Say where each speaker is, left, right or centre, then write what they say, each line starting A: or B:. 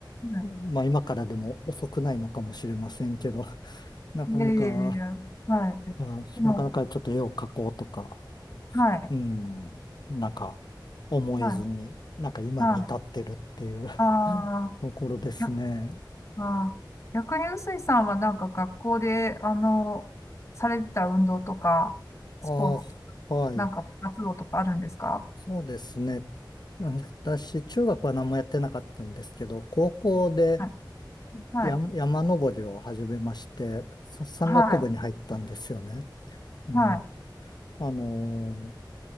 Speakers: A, on the left; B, on the left.
A: はい
B: まあ今からでも遅くないのかもしれませんけど、<laughs> なかなか、
A: いやいやいやいや。はい。
B: うんなかなかちょっと絵を描こうとか、
A: でも、はい。
B: うん。なんか、思えずに、
A: はい。
B: なんか今に至ってるっていう
A: はい。
B: <laughs>
A: ああ
B: ところですね。
A: や、あー、逆に臼井さんはなんか学校で、あの、されてた運動とか、
B: あ
A: スポーツとか、
B: あ、はい。
A: なんか活動とかあるんですか
B: そうですね。私、中学は何もやってなかったんですけど、高校で
A: はい。はい。
B: 山、山登りを始めまして、さ山岳部に入ったんですよね。
A: はい。
B: うん。
A: はい。
B: あのー